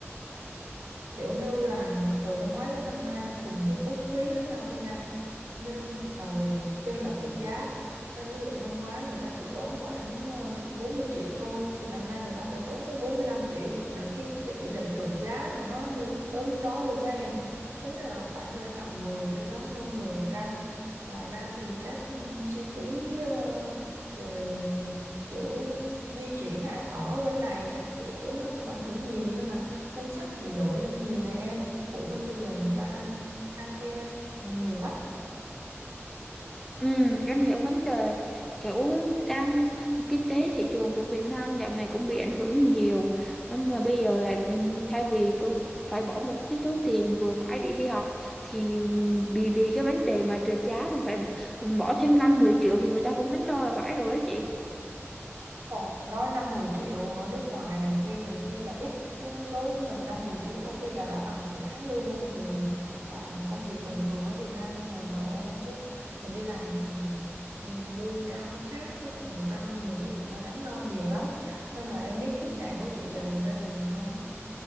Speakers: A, on the right; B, in the centre.
A: kiểu như là từ năm ngoái tới năm nay cùng một mức phí với nhau thôi nha nhưng mà vì chênh lệch tỷ giá nên ví dụ năm ngoái người ta chỉ tốn khoảng ờ, 40 triệu thôi thì năm nay người ta phải tốn tới 45 triệu là cái tỷ lệ trượt giá của nó như tới mức đó luôn á em tính ra là khoảng cỡ tầm 10 đến tới hơn 10 phần trăm ngoài ra thì các ừ, chi phí ờ, về kiểu di chuyển ăn ở bên này các kiểu nó cũng ảnh hưởng nhiều nên là ngân sách bị đổi lên nhiều nè em phụ huynh bây giờ người ta ăn ke nhiều lắm
B: Ừ, em hiểu vấn đề kiểu đang kinh tế thị trường của Việt Nam dạo này cũng bị ảnh hưởng nhiều nhưng mà bây giờ là ừm, thay vì cứ phải bỏ một cái số tiền vừa phải để đi học thì ừm, vì vì cái vấn đề mà trượt giá thì phải b- bỏ thêm 5 10 triệu thì người ta cũng đắn đo là phải rồi đó chị
A: còn nói năm mười triệu ở nước ngoài này kia nhiều khi là ít chứ đối với mình năm mười triệu có khi là đã bằng một tháng lương của một người làm công việc bình thường ở Việt Nam là rồi em chứ mình đi làm thì ừ, lương cao nó khác chứ còn người ta năm mười triệu người ta đắn đo nhiều lắm nên là em biết kiếp nạn của chị dạo gần đây là gì không